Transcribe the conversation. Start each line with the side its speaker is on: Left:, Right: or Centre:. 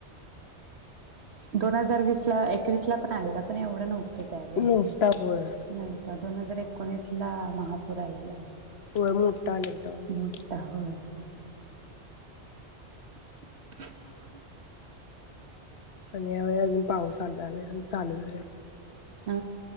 Right: दोन हजार वीस ला एकवीस ला पण आलेलं पण एवढं नव्हत त्यावेळेला,
Left: हं मोठा होय
Right: नव्हता दोन् हजार एक एकोणीस ला महापूर आलेला
Left: व्हय मोठा आलेल त हम्
Right: मोठा होय <inaudible>
Left: आणि ह्यावेळी अजून पाऊस आला नाय अन् चालू झाला नाय.
Right: आ